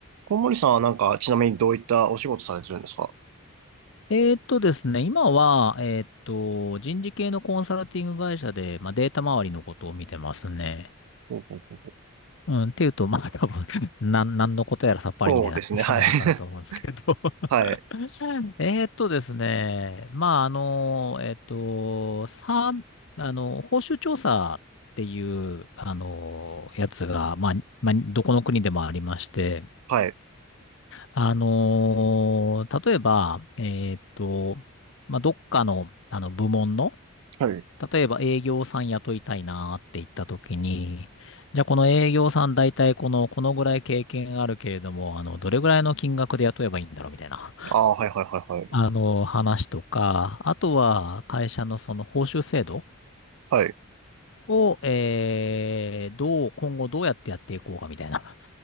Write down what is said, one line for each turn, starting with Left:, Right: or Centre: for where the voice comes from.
Right: 小森さんはなんか、ちなみにどういったお仕事されてるんですか
Left: えーっとですね、今は、えーっと、人事系のコンサルティング会社で、まあ、データ周りのことを見てますね。
Right: ほうほうほう
Left: うん、っていうと、まあ、多分、<laughs> なん、なんのことやらさっぱりみたいな感じになるかなと思うんですけど。
Right: そうですね、はい。<laughs> はい、
Left: <laughs> えーっとですね、まあ、あの、えーっと、さ、あの、報酬調査っていう、あの、やつが、まあ、まあ、どこの国でもありまして、
Right: はい、
Left: あの、例えば、えーっと、まあ、どっかの、あの、部門の、
Right: はい。
Left: 例えば営業さん雇いたいなーって言った時に、じゃあこの営業さん大体この、このぐらい経験あるけれども、あの、どれぐらいの金額で雇えばいいんだろうみたいな、
Right: ああ、はい、はい、はい、はい。
Left: あの、話とか、あとは会社のその報酬制度
Right: はい、
Left: を、えー、どう、今後どうやってやっていこうかみたいな、